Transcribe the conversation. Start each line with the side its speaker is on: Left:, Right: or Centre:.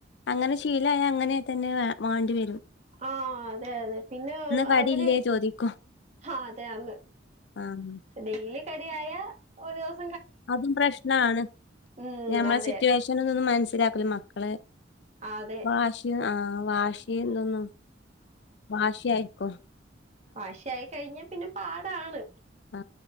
Left: അങ്ങനെ ശീലായ അങ്ങനെ തന്നെ മാണ്ടിവരും
Right: ആഹ അതെ അതെ പിന്നെ
Left: കടിയില്ലേ
Right: അവര്
Left: ചോദിക്കും
Right: ആഹ അതെന്ന്
Left: ആഹ്
Right: ഡെയിലി കട ആയ ഒരസ
Left: അതും പ്രശ്നണ്
Right: ഉം
Left: ഞമ്മളെ
Right: അതെ
Left: സിറ്റുവേഷൻ ഒ ഒന്ന് മനസ്സിലാക്കല മക്കള്
Right: അതെ
Left: വാശി ആഹ വാശി എന്തൊന്നും വഷിയ ആയിക്കോ
Right: വാശ ആയി കഴിഞ്ഞ പിന്നെ പാടാണ്
Left: ആ